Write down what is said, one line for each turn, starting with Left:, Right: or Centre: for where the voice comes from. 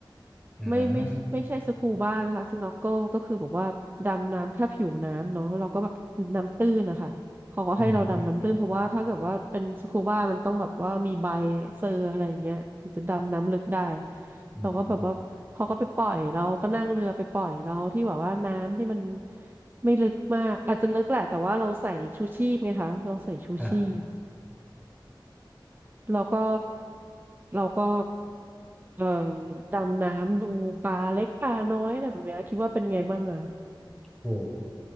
Centre: อืม
Right: ไม่ไม่ไม่ใช่สกูบ้านะคะสโนว์เกิลก็คือแบบว่าดำน้ำแค่ผิวน้ำเนาะเราก็แบบน้ำตื้นนะคะเขาก็ให้เราดำน้ำตื้นเพราะว่าถ้าเกิดว่าเป็นสกูบ้ามันต้องแบบว่ามีใบ
Centre: อืม
Right: เซอร์อะไรอย่างเงี้ยถึงจะดำน้ำลึกได้
Centre: อืม
Right: เราก็แบบว่าเขาก็ไปปล่อยเราก็นั่งเรือไปปล่อยเราที่แบบว่าน้ำที่มันไม่ลึกมากอาจจะลึกแหละแต่ว่าเราใส่ชูชีพไงคะเราใส่ชูชีพ
Centre: ครับ
Right: แล้วก็เราก็เอ่อดำน้ำดูปลาเล็กปลาน้อยอะไรแบบเนี้ยคิดว่าเป็นไงบ้างอ่ะ
Centre: โอ้